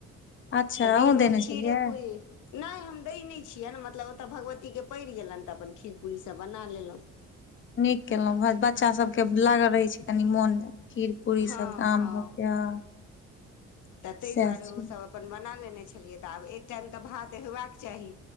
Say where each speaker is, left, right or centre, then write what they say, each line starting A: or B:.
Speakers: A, on the left (about 40°); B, on the left (about 80°).
A: अच्छा
B: तऽ दिनमे
A: अहूँ देने
B: खीरे
A: छलियै
B: पूड़री नहि हम दै नहि छियैनि मतलब ओतय भगवतीके पड़ि गेलनि तऽ अपन खीर पूीसभ बना लेलहुँ
A: नीक केलहुँ बच्चा सबके लागल रहै छै कनि मोन खीर पूीरी
B: हँ
A: साथ आम
B: हँ
A: <unintelligible>
B: तऽ ताहि
A: सएह
B: दुआरे
A: छी
B: ओसभ बना लेने छलियै तऽ आब एक टाइम तऽ भात हेबाक चाही